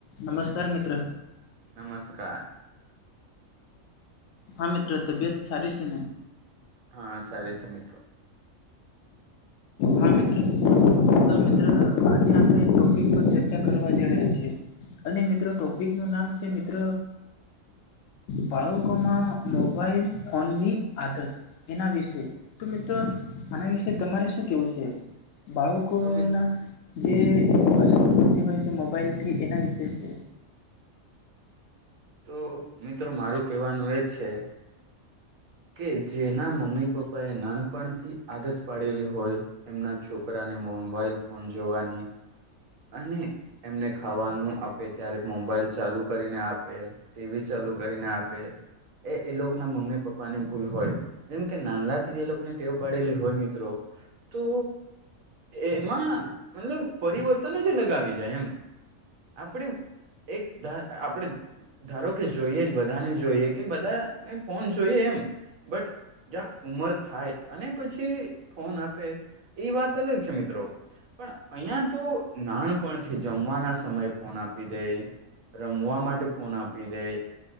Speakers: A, on the left (about 75°); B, on the right (about 80°).
A: નમસ્કાર મિત્ર.
B: નમસ્કાર.
A: હા મિત્ર તબિયત સારી છે?
B: હા સારી છે.
A: હા મિત્ર તો મિત્ર આજે આપણે એક ટોપિક <unintelligible> અને મિત્રો ટોપિક નું નામ છે મિત્ર બાળકોમાં મોબાઈલ ફોનની આદત. એના વિશે તો મિત્રો આના વિશે તમારે શું કેવું છે બાળક? લોકોના
B: તો
A: જે અસરો પડતી હોય છે મોબાઈલથી એના વિશે
B: તો મિત્રો મારું કહેવાનું એ જ છે. કે જેના મમ્મી પપ્પાએ નાનપણથી આદત પાડેલી હોય. એમના છોકરાને મોબાઈલ ફોન જોવાની. અને એમને ખાવાનું આપે ત્યારે મોબાઈલ ચાલુ કરીને આપે. ટીવી ચાલુ કરીને આપે એ એ લોકો ના મમ્મી પપ્પા ની ભૂલ હોય. જેમ કે <inaudible> થી જે લોકોને ટેવ પાડેલી હોય મિત્રો તો એમાં મતલબ પરિવર્તન જ અલગ આવી જાય એમ. આપણી એક આપણે ધારો કે જોઈએ જ બધાને જોઈએ કે બધાને ફોન જોઈએ એમ બટ ઉમર થાય અને પછી ફોન આપે એ વાત અલગ છે મિત્રો. પણ અહીયા તો નાનપણથી જમવાના સમય ફોન આપી દે રમવા માટે ફોન આપી દે.